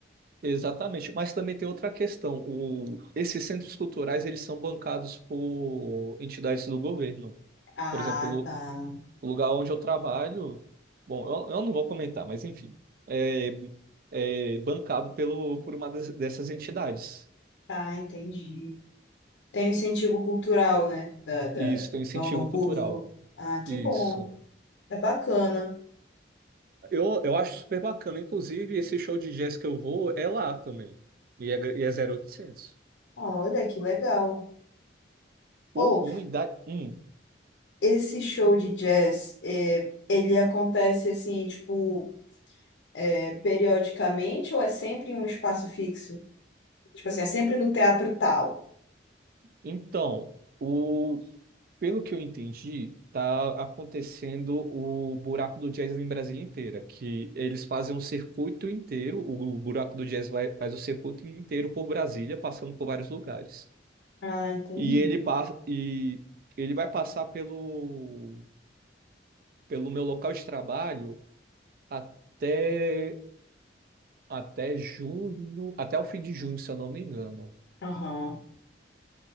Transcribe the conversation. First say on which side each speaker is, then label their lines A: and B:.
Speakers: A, on the right (about 50°); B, on the left (about 75°).
A: Exatamente. Mas também tem outra questão. O- esses centros culturais, eles são bancados por entidades do governo.
B: Ah,
A: Por exemplo,
B: tá.
A: O lugar onde eu trabalho, bom, eu, eu não vou comentar, mas enfim, é, é bancado pelo, por uma das- dessas entidades.
B: Ah, entendi. Tem o incentivo cultural, né? Da, da-
A: Isso, tem um incentivo
B: do órgão público.
A: cultural.
B: Ah, que
A: Isso.
B: bom. É bacana.
A: Eu, eu acho super bacana. Inclusive, esse show de jazz que eu vou é lá também. E é, gra- e é zero oitocentos.
B: Olha, que legal. Ou
A: O ruim da. Hum,
B: Esse show de jazz, é, ele acontece assim, tipo, é, periodicamente ou é sempre em um espaço fixo? Tipo assim, é sempre no teatro tal.
A: então, o Pelo que eu entendi, tá acontecendo o buraco do jazz em Brasília inteira, que eles fazem um circuito inteiro, o buraco do jazz vai- faz o circuito inteiro por Brasília, passando por vários lugares.
B: Ah, entendi.
A: E ele passa e ele vai passar pelo pelo meu local de trabalho até até junho, até o fim de junho, se eu não me engano.
B: Aham.